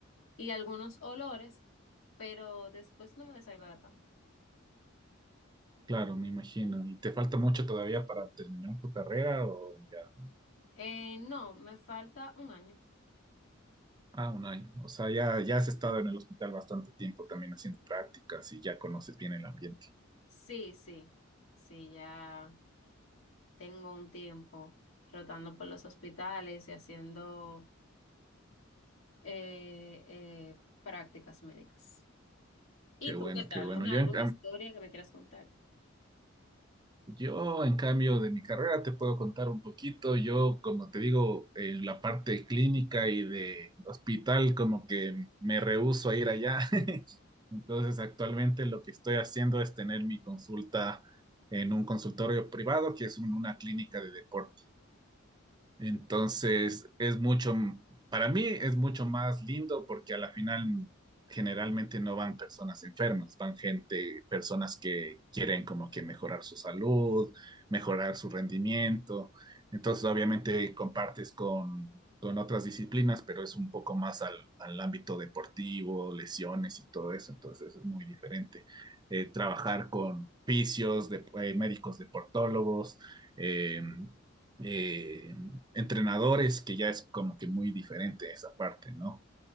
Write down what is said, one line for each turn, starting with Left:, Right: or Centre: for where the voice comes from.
Left: y algunos olores, pero después no me desagrada tanto.
Right: claro, me imagino. ¿Y te falta mucho todavía para terminar tu carrera o ya?
Left: Eh, no, me falta un año.
Right: Ah, un año. O sea, ya, ya has estado en el hospital bastante tiempo también haciendo prácticas y ya conoces bien el ambiente.
Left: Sí, sí, sí, ya tengo un tiempo rotando por los hospitales y haciendo eh, eh, prácticas médicas. ¿Y
Right: Qué bueno,
Left: tú qué tal?
Right: qué bueno.
Left: ¿Una,
Right: Yo
Left: alguna
Right: en,
Left: historia que me quieras contar?
Right: Yo, en cambio, de mi carrera te puedo contar un poquito. Yo, como te digo, en la parte clínica y de hospital, como que me rehúso a ir allá. <laughs> Entonces, actualmente lo que estoy haciendo es tener mi consulta en un consultorio privado, que es un- una clínica de deporte. Entonces, es mucho, para mí es mucho más lindo porque a la final generalmente no van personas enfermas, van gente, personas que quieren como que mejorar su salud, mejorar su rendimiento. Entonces, obviamente compartes con, con otras disciplinas, pero es un poco más al, al ámbito deportivo, lesiones y todo eso. Entonces, es muy diferente. Eh, trabajar con fisios, de, eh, médicos deportólogos, eh, eh, entrenadores, que ya es como que muy diferente esa parte, ¿no?